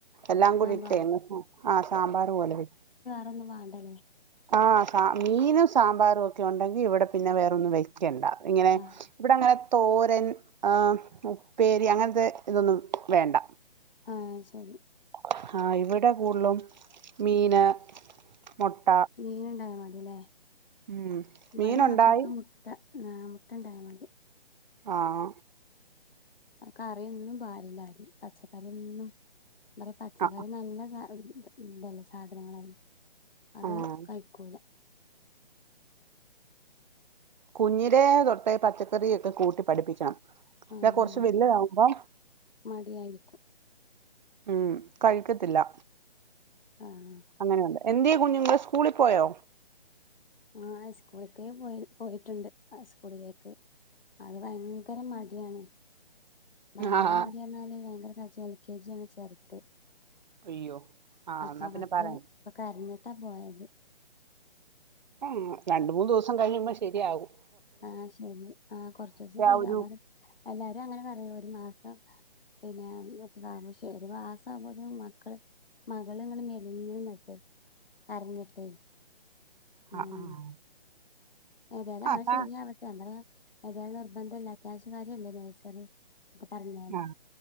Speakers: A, on the right; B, on the left.
A: എല്ലാം
B: സാമ്പാർ
A: കൂടിട്ടേ അങ്ങ് സാ ആ സാമ്പാർ പോലെ വെ
B: റൊന്നും വേണ്ടല്ലേ.
A: ആ സാ മീനും സാമ്പാറും ഒക്കെ ഉണ്ടെങ്കിൽ ഇവിടെ പിന്നെ വേറൊന്നും വെയ് ക്കണ്ട ഇങ്ങനെ
B: ആഹ്
A: ഇവിടങ്ങനെ തോരൻ ആ ഉപ്പേരി അങ്ങനത്തെ ഇതൊന്നും വേണ്ട.
B: ആ അത് ശരി
A: ആഹ ഇവിടെ കൂടുതലും മീന് മുട്ട
B: മീന ഉണ്ടായ മതി ലെ
A: ഉം
B: ഇവടെ
A: മീനുണ്ടായി
B: മക്കൾക്ക് മുട്ട ആ മുട്ടണ്ടായാൽ മതി
A: ആഹ
B: കറിയൊന്നും പാടില്ല പച്ചക്കറിയൊന്നും പച്ചക്കറി
A: ആഹ്
B: നല്ല സാ ഇതല്ലേ സാധനങ്ങളെ അത്
A: ആഹ്
B: കൈക്കൂല
A: കുഞ്ഞിലെ തൊട്ടേ പച്ചക്കറിയൊക്കെ കൂട്ടി പഠിപ്പിക്കണം <inaudible>
B: ആഹ്
A: കൊറച്ച്
B: അതെ
A: വലതാവുമ്പോ
B: മടിയായിരിക്കും
A: ഉം കഴിക്കത്തില്ല
B: ആഹ
A: അങ്ങനെയുണ്ട് എന്ത്യേ കുഞ്ഞുങ്ങള് സ്കൂളി പോയോ
B: ആ സ്കൂള്ക്കേ പോയി പോയിട്ടുണ്ട് സ്കൂളിലേക്ക് അത് ഭയങ്കര മടിയാണ് ഭയങ്കര
A: ആഹ്
B: മടിയപർഞാല് ഭയങ്കര എന്താച്ചാൽ എൽ കെ ജി ആണ് ചേർത്തെ
A: അയ്യോ ആഹ്
B: അപ്പൊ
A: എന്നാ
B: അവൾക്ക്
A: പിന്നെ പറയണ്ട
B: ഇപ്പൊ കരഞ്ഞി ട്ട പോയത്
A: ആ രണ്ട് മൂന്നു ദിവസം കഴിയുമ്പോ ശെരിയാവും
B: ആ ശെരി ആ കുറച്ച് ദിവസം ശരി
A: ആ ഒരു
B: അപ്പൊ എല്ലാരും അങ്ങനെ പറയും ഒരു മാസ പിന്നെ <unintelligible> ശെരി ഒരു മാസാവുമ്പോ മക്കള് മകള് ഇങ്ങനെ മെലിഞ്ഞിന്നിട്ട് കരഞ്ഞിട്ടേ ഉം
A: ആഹ് ആഹ്
B: ഏതായാലും അങ്ങനെ
A: ആഹ്
B: ശെരിയാവട്ടെ ഞാൻ പറയാ ഏതായാലും നിർബന്ധല്ല അത്യാവശ്യ കാര്യല്ലേ നഴ്സറി ഒക്കെ പറഞ്ഞാനി
A: ആഹ്